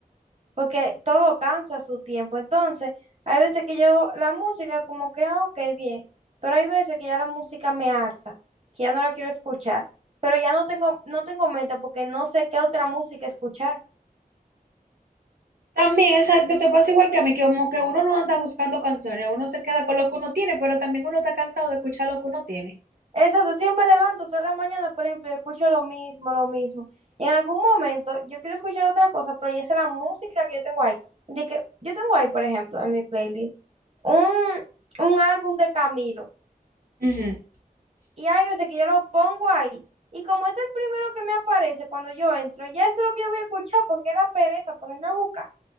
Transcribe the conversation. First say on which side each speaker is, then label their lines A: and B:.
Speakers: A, on the right; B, on the right.
A: porque todo cansa a su tiempo. Entonces, hay veces que yo la música como que, ah, ok, bien, pero hay veces que ya la música me harta, que ya no la quiero escuchar, pero ya no tengo, no tengo mente porque no sé qué otra música escuchar.
B: También, exacto, te pasa igual que a mí, que como que uno no anda buscando canciones, uno se queda con lo que uno tiene, pero también uno está cansado de escuchar lo que uno tiene.
A: Exacto, si yo me levanto toda la mañana, por ejemplo, y escucho lo mismo, lo mismo. En algún momento yo quiero escuchar otra cosa, pero ya es la música que yo tengo ahí. De que yo tengo ahí, por ejemplo, en mi playlist, un, un álbum de Camilo.
B: Ujú.
A: Y hay veces que yo lo pongo ahí. Y como es el primero que me aparece cuando yo entro, ya eso es lo que yo voy a escuchar porque da pereza ponerme a buscar.